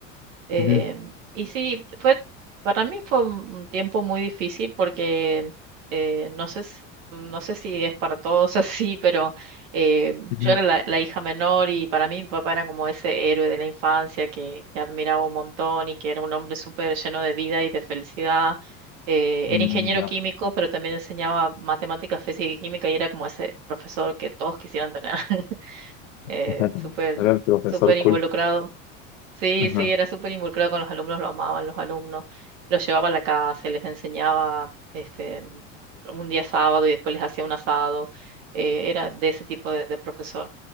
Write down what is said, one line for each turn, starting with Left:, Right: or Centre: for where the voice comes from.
Right: Eh,
Left: Ujú,
Right: y sí, fue, para mí fue un tiempo muy difícil porque eh, no sé, s- no sé si es para todos <laughs> así, pero eh,
Left: ujú.
Right: yo era la, la hija menor y para mí mi papá era como ese héroe de la infancia que, que admiraba un montón y que era un hombre súper lleno de vida y de felicidad. Eh,
Left: Mm,
Right: era ingeniero
Left: ya.
Right: químico, pero también enseñaba matemáticas, física y química y era como ese profesor que todos quisieran tener, <laughs> eh,
Left: <laughs>
Right: súper,
Left: Era el profesor
Right: súper involucrado.
Left: cool.
Right: Sí,
Left: Ajá.
Right: sí, era súper involucrado con los alumnos, lo amaban los alumnos, los llevaba a la casa, les enseñaba este, m- un día sábado y después les hacía un asado, eh, era de ese tipo de, de profesor.